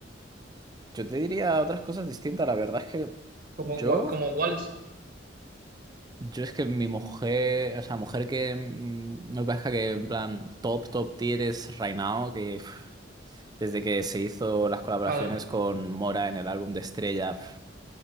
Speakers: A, on the right; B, on the right.
A: Yo te diría otras cosas distintas. La verdad es que
B: como,
A: yo,
B: gua- como cuáles.
A: yo es que mi mujer, o sea, mujer que mm, no parezca que en plan top, top tier es Right Now, que Desde que se hizo las colaboraciones
B: Ah,
A: con Mora en el álbum de Estrella, pf,